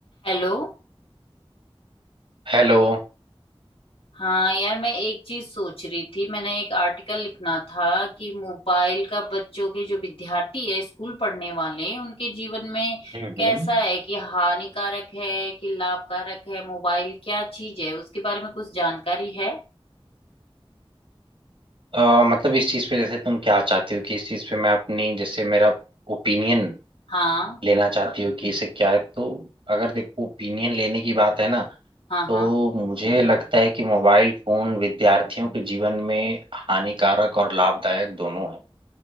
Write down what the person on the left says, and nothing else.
Hello
हाँ यार मैं एक चीज सोच रही थी मैंने एक आर्टिकल लिखना था कि मोबाइल का बच्चों के जो विद्यार्थी है स्कूल पढ़ने वाले हैं, उनके जीवन में
कैसा है कि हानिकारक है कि लाभकारक है मोबाइल क्या चीज है उसके बारे में कुछ जानकारी है
हाँ
हाँ
हाँ